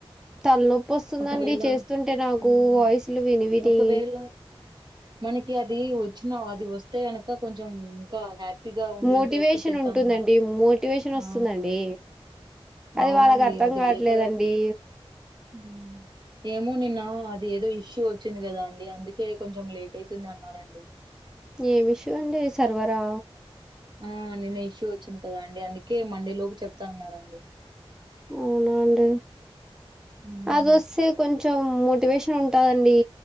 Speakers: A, in the centre; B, on the right.
A: తలనొప్పి వస్తుందండి
B: ఒకవేళ
A: చేస్తుంటే నాకు
B: హ్మ్.
A: వాయిసులు విని విని
B: ఒకవేళ మనకి అది వచ్చినా అది వస్తే కనుక కొంచెం ఇంకా హ్యాప్ నొప్పిగా ఉంది
A: మోటివేషన్
B: ఇంకా ఎక్కువ చేద్దాము
A: ఉంటుందండి
B: అంటే
A: మోటివేషన్ వస్తుందండి
B: ఆ అవునండి
A: అది వాళ్ళకి అర్థం
B: అది
A: కావట్లేదండి
B: లేక ఉమ్ ఏమో నిన్న అది ఏదో ఇష్యూ వచ్చింది గదా అండి అందుకే కొంచెం లేట్ అవుతుంది అన్నారండి
A: ఏం ఇష్యూ అండి సర్వరా
B: ఆ నిన్న ఇష్యూ వచ్చింది కదా అండి అందుకే మండే లోపు చెప్తా అన్నారండి
A: అవునా అండి
B: హ్మ్.
A: అది వస్తే కొం చెం మోటివేషన్ ఉంటాదండి